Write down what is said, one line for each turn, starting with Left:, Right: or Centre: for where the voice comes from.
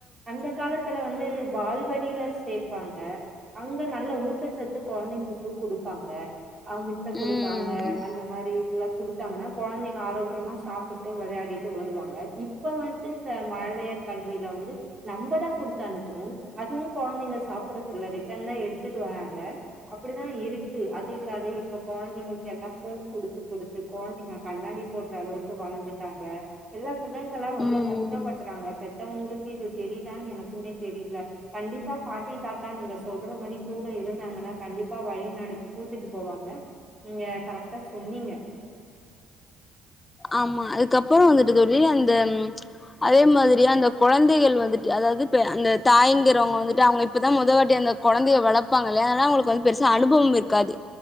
Right: அந்த காலத்துல வந்து வால்வடில சேர் ப்பாங்க அங்க நல்ல ஊட்டச்சத்து குழந்தைங்களுக்கு கொடுப்பாங்க அ முட்டை கொடுப்பாங்க
Left: ம்
Right: அந்த மாதிரி இதல்லாம் கொடுத்தாங்கன்னா குழந்தைங்க ஆரோக்கியமா சாப்பிட்டு விளையாடிட்டு வருவாங்க இப்ப வந்து இந்த மழையர் கல்வியில வந்து நம்மதா கொடுத்து அனுப்புறோ அதுவும் குழந்தைங்க சாப்பிடுறதுல்ல ரிட்டன் தா எடுத்துட்டு வராங்க அப்டிதா இருக்கு அது இல்லாத இப்ப குழந்தைங்களுக்கு எல்லா போன் கொடுத்து கொடுத்து குழந்தைங்க கண்ணாடி போற அளவுக்கு வளர்ந்துட்டாங்க எல்லா பிள்ளைங்களா ரொம்ப
Left: ம்
Right: கஷ்டப்படுறாங்க பெத்தவங்களுக்கு இது தெரியதான்னு எனக்குமே தெரியல கண்டிப்பா பாட்டி தாத்தா நீங்க சொல்ற மாரி கூட இருந்தாங்கன்னா கண் கண்டிப்பா வழி நடத்தி கூட்டிடு போவாங்க நீங்க கரெக்டா சொன்னீங்க ஆ
Left: ஆமா அதுக்கப்பறோ வந்துட்டு தோழி அந்த அதே மாரியா அந்த குழந்தைகள் வந்துட்டு அதாவது அந்த தாய்ங்கிறவங்க வந்துட்டு அவங்க இப்பதா மொதவாட்டி அ ந்த குழந்தையை வளர்பாங்கள அத அவங்களுக்கு வந்து பெருசா அனுபவம் இருக்காது